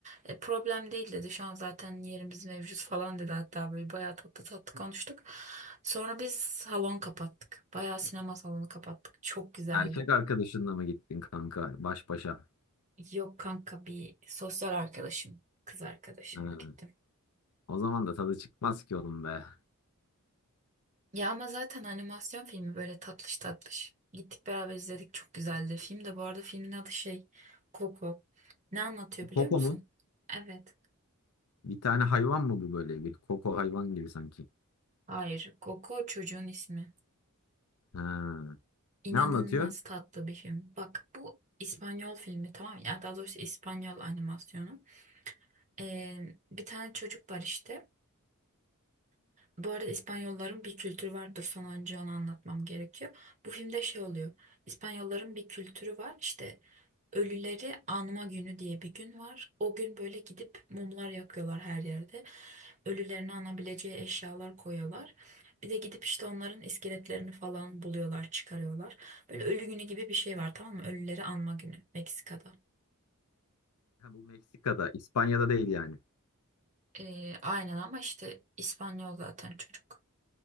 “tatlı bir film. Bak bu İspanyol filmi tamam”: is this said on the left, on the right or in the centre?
Right